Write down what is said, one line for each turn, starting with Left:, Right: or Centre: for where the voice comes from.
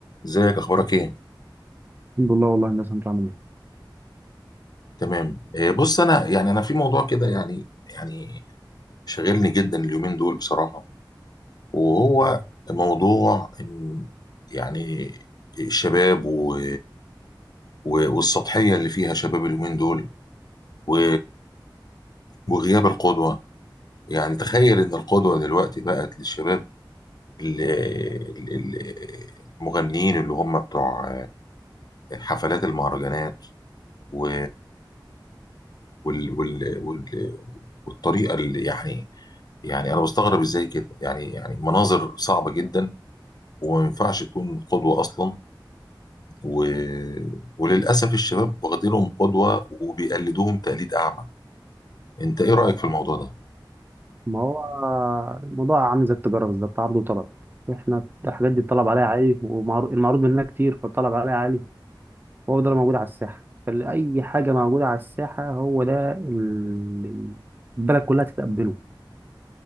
Left: ازيك اخبارك ايه
Right: الحمد لله والله الناس انت عامل ايه
Left: تمام آه، بص انا يعني انا في موضوع كده يعني يعني شاغلني جدا اليومين دول بصراحة وهو موضوع إن يعني الشباب و... و... والسطحية اللي فيها شباب اليومين دول و... وغياب القدوة يعني تخيل ان القدوة دلوقتي بقت للشباب ال- ال- ال- المغنيين اللي هم بتوع حفلات المهرجانات و... وال... وال... وال... والطريقه اللي يعني يعني انا بستغرب ازاي كده يعني يعني مناظر صعبه جدا وما ينفعش تكون قدوه اصلا و... وللاسف الشباب واخدينهم قدوه وبيقلدوهم تقليد اعمى انت ايه رايك في الموضوع ده
Right: ما هو الموضوع عامل زي التجاره بالظبط عرض وطلب احنا الحاجات دي الطلب عليها عالي والمعروض منها كتير فالطلب عليها عالي هو ده اللي موجود على الساحه فاي حاجه موجوده على الساحه هو ده ال- البلد كلها تتقبله